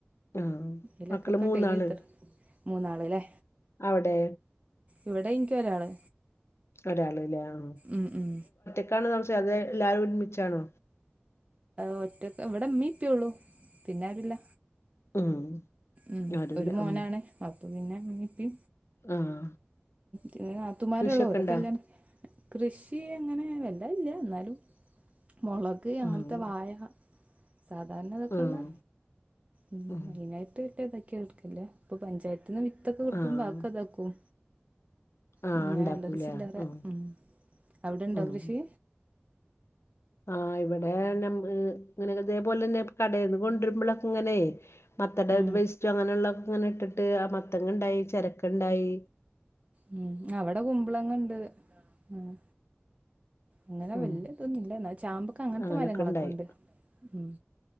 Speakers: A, on the left; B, on the right.
A: ആഹ്
B: ഇലക്കൊക്കെ
A: മക്കള് മൂന്നാള്
B: കഴിഞ്ഞുത്ര മൂന്നാളല്ലേ
A: അവിടെ
B: ഇവിടെ ഇൻക്കി ഒരാള്
A: ഒരാള്ലെ ആഹ്
B: ഉം ഉം
A: ക്ക് ആണ് സംശയം അതെ ല്ലാരും ഒരുമിച്ചാണോ
B: ഒറ്റക്ക ഇവിടെ മ്മീ ഇപ്പേള്ളു പിന്നാരുല്ല
A: ഉം
B: ഉം
A: ആരുല്ല
B: ഒരു മോനാണ്
A: ഉം
B: അപ്പ പിന്നെ മ്മി പ്പി
A: ആഹ്
B: പിന്നെ നാതുമ്മാരോള്ളു
A: കൃഷിയൊക്കെ
B: ഒരോക്കെ
A: ഇണ്ടാ
B: കല്യാ കൃഷി അങ്ങനെ വല്ല ഇല്ല എന്നാലും മുളക് അങ്ങനത്തെ
A: ആഹ്
B: വാഴ സാധാരണ ഇതൊക്കെള്ളെ
A: ആഹ്
B: ഉം
A: ആഹ്
B: അയിനായിട്ട്ത്ത് എടുക്കല്ല ഇപ്പൊ പഞ്ചായത്തിന്ന് വി ത്തൊക്കെ കിട്ടുമ്പോ
A: ആഹ്
B: ആക്കേ ഇതാക്കും
A: ആഹ്
B: ഉം
A: ഉണ്ടാക്കൂലേ
B: <unintelligible>
A: ആഹ്
B: ഉം അവിടണ്ടോ
A: ആഹ്
B: കൃഷി
A: ആഹ് ഇവിടെ ഇങ്ങനെ ഇതേപോലെന്നെ <unintelligible> ഇങ്ങനെ മത്തടെ
B: ഉം
A: വെസ്റ്റോ അങ്ങനെയുള്ളൊക്കെ ഇങ്ങനെ ഇട്ടിട്ട് മത്തങ്ങണ്ടായി ചരക്കണ്ടായി
B: ഉം അവിടെ കുമ്പളങ്ങണ്ട് ആഹ് അങ്ങനെ
A: ഉം
B: വല്യാ ഇതൊന്നുംല്ല എന്നാ ചാമ്പക്ക അങ്ങനത്തെ
A: അങ്ങനൊക്കെ
B: മരങ്ങളൊക്കെണ്ട്
A: ഉണ്ടായി
B: ഉം